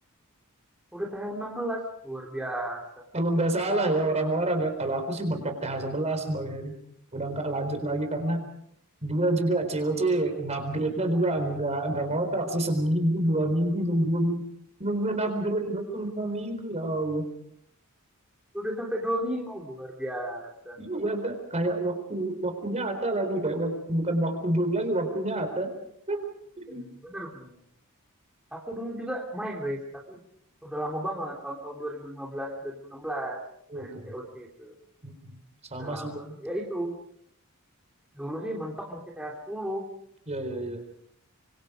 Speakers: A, in the centre; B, on the right (about 30°).
A: Udah tanggal 16, luar biasa.
B: Kalau nggak salah ya orang-orang ya, kalau aku sih mentok TH11 Bang Heri. Udah nggak lanjut lagi karena dia juga C O C upgrade-nya juga nggak nggak ngotak sih seminggu dua minggu nungguin nungguin upgrade doang dua minggu ya Allah.
A: Udah sampai dua minggu, luar biasa.
B: Iya kak, kayak waktu waktunya Ata lagi kayak wak- bukan waktu game lagi waktunya Ata. <laughs>
A: Iya, bener bener. Aku dulu juga main race, tapi udah lama banget, tahun-tahun 2015, 2016 main
B: Oke
A: COC
B: oke.
A: itu.
B: Mm-mm. Sama
A: Udah lama.
B: sih Bang.
A: Ya itu, dulu sih mentok masih TA 10.
B: Ya ya ya.